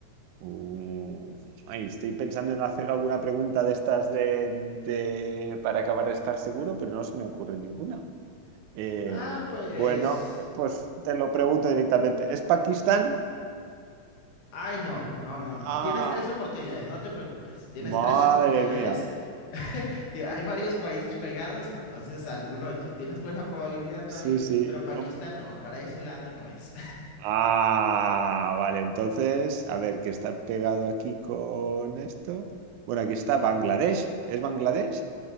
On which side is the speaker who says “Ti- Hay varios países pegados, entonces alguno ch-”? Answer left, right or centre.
Left